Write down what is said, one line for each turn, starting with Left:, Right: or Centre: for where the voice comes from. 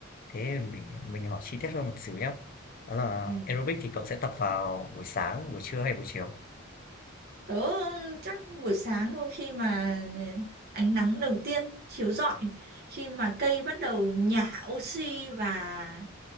Left: thế mình mình hỏi chi tiết hơn một xíu nhá. Đó là
Right: Ừ.
Left: aerobic thì cậu sẽ tập vào buổi sáng, buổi trưa hay buổi chiều?
Right: Tớ chắc buổi sáng thôi khi mà à, ánh nắng đầu tiên chiếu rọi, khi mà cây bắt đầu nhả oxy và